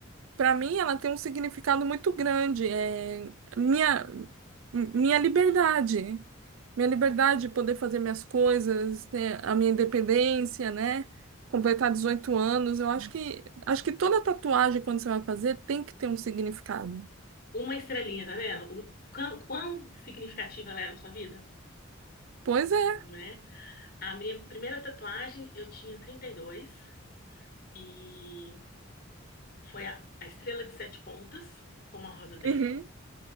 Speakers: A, on the right (about 75°); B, on the left (about 45°).
A: Para mim, ela tem um significado muito grande. É minha, minha liberdade. Minha liberdade de poder fazer minhas coisas, ter a minha independência, né? Completar 18 anos. Eu acho que, acho que toda tatuagem, quando você vai fazer, tem que ter um significado.
B: Uma estrelinha, tá vendo? O quão, quão significativa ela é na sua vida,
A: Pois é,
B: né? A minha primeira tatuagem, eu tinha 32 e dois e foi a, a estrela de sete pontas com uma rosa dentro
A: Uhum.